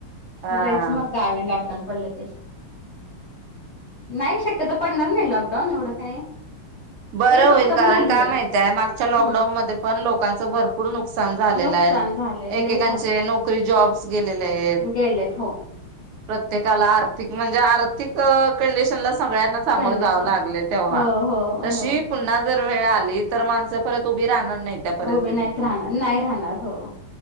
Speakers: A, on the right (about 80°); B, on the left (about 55°).
A: हा.
B: जायचं मग गावी लॉकडाऊन पडले की. नाही शक्यतो पडणार नाही लॉकडाऊन एवढं काही.
A: बरं
B: त्यांनी फक्त
A: होईल कारण
B: म्हणले
A: का माहती आहे मागच्या लॉकडाऊनमध्ये
B: हम्म
A: पण लोकांच भर पुर नुकसान झालेल
B: नुकसान झाले
A: एकेकांचे
B: लय झाले
A: नोक करी जॉब्स गेलेले आहेत
B: गेलेत हो
A: प्रत्येकाला आर्थिक म्हणजे आर्थि आर्थिक कंडिशन ला सगळ्यांना सामोरं
B: कंडिशन
A: जावं लागलं तेव्हा.
B: हो हो
A: तशी
B: हो
A: पुन्हा जर वेळ आली तर माणसं परत उभी राहणार नाहीत. परिस्थितीतून
B: उभे नाहीत राहणार नाही राहणार हो